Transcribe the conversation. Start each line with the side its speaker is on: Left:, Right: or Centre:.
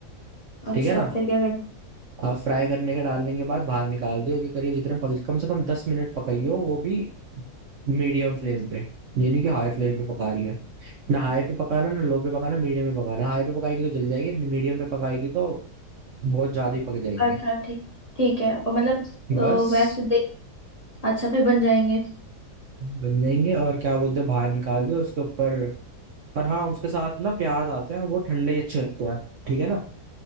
Left: अच्छा
Right: ठीक है ना
Left: फिर क्या करना
Right: अब फ्राई करने के डालने के बाद बाहर निकाल दियो कि करिए जितने पक, कम से कम दस मिनट पकाइयो वो भी मीडियम फ्लेम पे यानी कि हाई फ्लेम पे पका रही है ना हाई पे पकाना ना लो पे पकाना मीडियम पे पकाना हाई पे पकाएगी तो जल जाएगी मीडियम पे पकाएगी तो बहुत ज्यादा ही पक जाएंगे
Left: अच्छा ठीक ठीक है और मतलब अ,
Right: बस
Left: वैसे देख अच्छा फिर बन जाएंगे
Right: बन जाएंगे और क्या बोलते हैं बाहर निकाल दो उसके ऊपर और हाँ उसके साथ ना प्याज आते हैं वो ठंडे ही अच्छे लगते हैं ठीक है ना